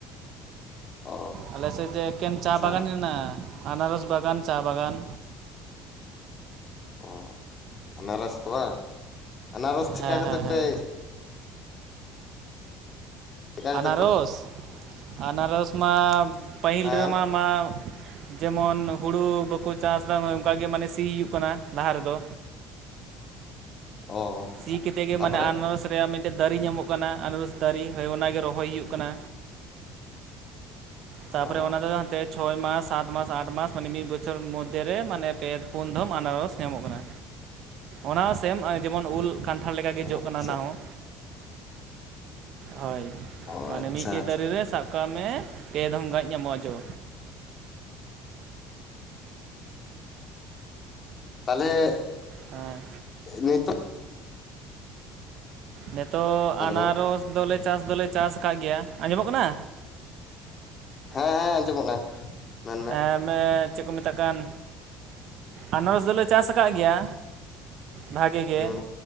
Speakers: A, on the left; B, on the right.
A: ᱚ
B: ᱟᱞᱮᱥᱮᱫ ᱫᱚ ᱮᱠᱮᱱ ᱪᱟ
A: ᱟᱪᱪᱷᱟ
B: ᱵᱟᱜᱟᱱ ᱦᱮᱱᱟᱜᱼᱟ ᱟᱱᱟᱨᱚᱥ ᱵᱟᱜᱟᱱ ᱪᱟ ᱵᱟᱜᱟᱱ
A: ᱚ ᱟᱱᱟᱨᱚᱥ ᱠᱚ ᱵᱟᱝ ᱟᱱᱟᱨᱚᱥ ᱪᱤᱠᱟ
B: ᱦᱮᱸ
A: ᱠᱟᱛᱮ
B: ᱦᱮᱸ ᱦᱮᱸ
A: ᱯᱮ ᱪᱤᱠᱟ ᱠᱟᱛᱮ
B: ᱟᱱᱟᱨᱚᱥ
A: ᱯᱮ
B: ᱟᱱᱟᱨᱚᱥ ᱢᱟ ᱯᱟᱹᱦᱤᱞ
A: ᱦᱮᱸ
B: ᱨᱮᱢᱟ ᱢᱟ ᱡᱮᱢᱚᱱ ᱦᱩᱲᱩ ᱵᱟᱠᱚ ᱪᱟᱥᱫᱟ ᱚᱱᱠᱟ ᱜᱮ ᱢᱟᱱᱮ ᱥᱤ ᱦᱩᱭᱩᱜ ᱠᱟᱱᱟ ᱞᱟᱦᱟ ᱨᱮᱫᱚ
A: ᱚ ᱟᱪᱪᱷᱟ
B: ᱥᱤ ᱠᱟᱛᱮᱫ ᱜᱮ
A: ᱛᱟᱯᱚᱨᱮ
B: ᱢᱟᱱᱮ ᱟᱱᱟᱨᱚᱥ ᱨᱮᱭᱟᱜ ᱢᱤᱫ ᱴᱮᱡ ᱫᱟᱨᱮ ᱧᱟᱢᱚᱜ ᱠᱟᱱᱟ ᱟᱱᱟᱨᱚᱥ ᱫᱟᱨᱮ ᱦᱳᱭ ᱚᱱᱟᱜᱮ ᱨᱚᱦᱚᱭ ᱦᱩᱭᱩᱜ ᱠᱟᱱᱟ ᱛᱟᱯᱚᱨᱮ
A: ᱚ
B: ᱚᱱᱟ ᱠᱚ ᱟᱛᱮ ᱪᱷᱚᱭ ᱢᱟᱥ ᱥᱟᱛ ᱢᱟᱥ ᱟᱴ ᱢᱟᱥ ᱢᱟᱱᱮ ᱢᱤᱫ ᱵᱚᱪᱷᱚᱨ ᱢᱚᱫᱷᱮᱨᱮ ᱢᱟᱱᱮ ᱯᱮ ᱯᱩᱱ ᱫᱷᱚᱢ ᱟᱱᱟᱨᱚᱥ ᱧᱟᱢᱚᱜ ᱠᱟᱱᱟ᱾ ᱚᱱᱟ ᱦᱚᱸ ᱥᱮᱢ ᱡᱮᱢᱚᱱ ᱩᱞ ᱠᱟᱱᱴᱷᱟᱲ ᱞᱮᱠᱟ ᱜᱮ ᱡᱚᱜ
A: ᱟᱪᱪᱷᱟ
B: ᱠᱟᱱᱟ ᱚᱱᱟ ᱦᱚᱸ ᱦᱳᱭ
A: ᱚ
B: ᱢᱟᱱᱮ
A: ᱟᱪᱪᱷᱟ
B: ᱢᱤᱫᱴᱮᱡ
A: ᱟᱪᱪᱷᱟ
B: ᱫᱟᱨᱮ ᱨᱮ ᱥᱟᱵ ᱠᱟᱜ ᱢᱮ ᱯᱮ ᱫᱷᱚᱢ ᱜᱟᱡ ᱧᱟᱢᱚᱜᱼᱟ ᱡᱚ
A: ᱛᱟᱞᱦᱮ
B: ᱦᱮᱸ
A: ᱱᱤᱛᱚᱜ
B: ᱱᱤᱛᱚᱜ
A: ᱦᱮᱞᱳ
B: ᱟᱱᱟᱨᱚᱥ ᱫᱚᱞᱮ ᱪᱟᱥ ᱫᱚᱞᱮ ᱪᱟᱥ ᱠᱟᱜ ᱜᱮᱭᱟ ᱟᱸᱡᱚᱢᱼᱚᱜ ᱠᱟᱱᱟ
A: ᱦᱮᱸ ᱦᱮᱸ ᱟᱸᱡᱚᱢᱼᱚᱜ ᱠᱟᱱᱟ ᱢᱮᱱᱢᱮ
B: ᱮᱸᱜ ᱚᱱᱮ ᱪᱮᱫ ᱠᱚ ᱢᱮᱛᱟᱜ ᱠᱟᱱ ᱟᱱᱟᱨᱚᱥ ᱫᱚᱞᱮ ᱪᱟᱥ ᱟ ᱠᱟᱜ ᱜᱮᱭᱟ ᱵᱷᱟᱜᱤ ᱜᱮ
A: ᱦᱩᱸ